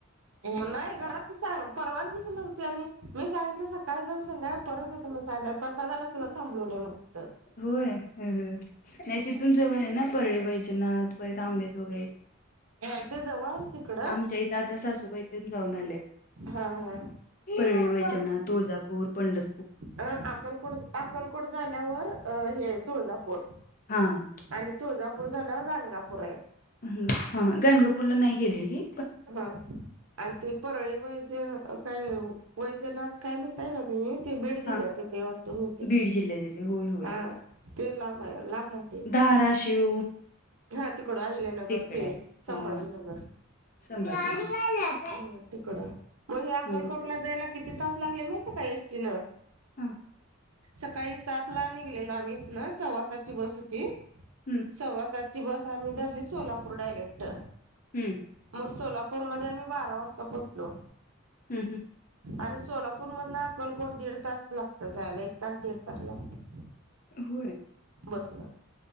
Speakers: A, on the right; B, on the left.
A: हो नाही घरात <unintelligible> सांग परवानगीच नव्हती आणि मी सांगितलं स काल जाऊन संध्याकळी परत येतो मी सांगलं प्रसादाला सुद्धा थांबलो नाही मग तर
B: होय हा हा नाही तिथून जवळ आहे ना परळी वैजनाथ परेत आंबे <unintelligible>
A: हा ते जवळ आहे तिकडं
B: आमच्या इथ आता सासूबाईतून जाऊन आल्या
A: हा हा
B: परळी वैजनाथ, तुळजापूर, पंढर
A: अ अकलकोट अक्कलकोट झाल्यावर अ ही आहे तुळजापूर
B: हां.
A: आणि तुळजापूर झाल्यावर गाणगापूर आहे.
B: हम्म हा गाणगापूरला नाही गेलेली?
A: हा आणि ते परळी वैजे काय वैजनाथ काय म्हणताय ना तुम्ही ते बीड जिल्ह्यात
B: हां,
A: आहे ते वाटतं बहुतेक
B: बीड जिल्ह्यात येते. होय, होय.
A: हा ते लांब आहे लांब राह
B: धाराशिव
A: हा तिकड अहिल्यानगर
B: तिकडं
A: ते
B: आहे.
A: संभाजीनगर
B: हां. संभाजीनगर
A: हम्म मग ही
B: हां
A: अक्कलकोटला जायला किती तास लागले माहित आहे का एस टी न?
B: हां
A: सकाळी सात ला निघलेलो आम्ही इथं न सव्वासाची बस होती
B: हम्म
A: सव्वा सातची बस आम्ही धरली सोलापूर डायरेक्ट.
B: हम्म
A: मग सोला पूरमध्ये आम्ही बारा वाजता पोहोचलो
B: हम्म हम्म.
A: आणि सोलापूर मधन अक्कलकोट दीड तास लागत जायला एक तास दीड तास लागतो
B: होय.
A: बस न.